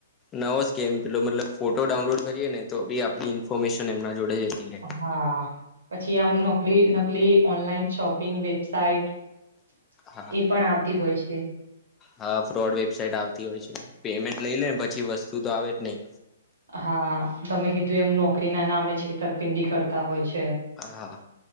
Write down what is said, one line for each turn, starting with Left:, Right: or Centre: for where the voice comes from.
Left: નવો સ્કેમ પેલો મતલબ ફોટો ડાઉનલોડ કરીએ ને, તો બી આપ ઇન્ફોર્મેશન એમના જોડે જતી રહે.
Right: હા પછી આમ નોકલી નકલી ઓનલાઈન શોપિંગ વેબસાઈટ એ
Left: હા
Right: પણ આવતી હોય છે.
Left: હા ફ્રોડ વેબસાાઈટ આવતી હોય છે, પેમેન્ટ લઈ લેન પછી વસ્તુ તો આવે જ નહી.
Right: હા તમે કીધું એમ નોકરી ના નામે છેતરપિંડી કરતા હોય છે.
Left: હા હા.